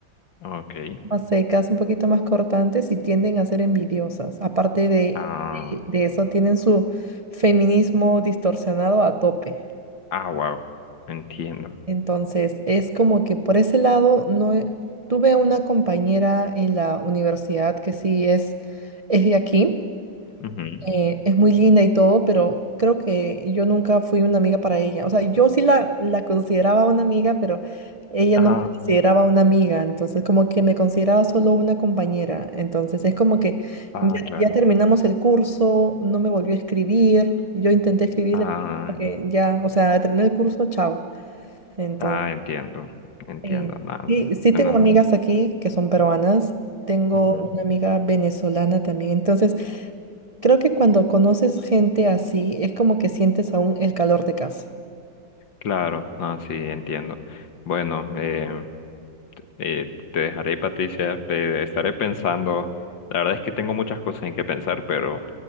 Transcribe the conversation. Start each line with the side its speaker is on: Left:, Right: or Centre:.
Left: Ok.
Right: más secas, un poquito más cortantes y tienden a ser envidiosas. Aparte de,
Left: Ah,
Right: de de eso, tienen su feminismo distorsionado a tope.
Left: ah, wow. Entiendo.
Right: Entonces, es como que por ese lado no he- tuve una compañera en la universidad que sí es, es de aquí,
Left: Ujú.
Right: eh, es muy linda y todo, pero creo que yo nunca fui una amiga para ella. O sea, yo sí la, la consideraba una amiga, pero ella
Left: Ah,
Right: no me consideraba una amiga, entonces como que me consideraba solo una compañera. Entonces, es como que
Left: ah,
Right: ya,
Left: claro.
Right: ya terminamos el curso, no me volvió a escribir, yo intenté escribirle,
Left: Ah,
Right: pero como que ya, o sea, terminé el curso, chao. Entonces...
Left: ah, entiendo, entiendo,
Right: Eh,
Left: nada,
Right: sí, sí
Left: bueno,
Right: tengo amigas aquí que son peruanas, tengo
Left: ujú,
Right: una amiga venezolana también, entonces creo que cuando conoces gente así es como que sientes aún el calor de casa.
Left: claro, no, sí, entiendo. Bueno, eh, eh, te dejaré, Patricia, pe- estaré pensando, la verdad es que tengo muchas cosas en que pensar, pero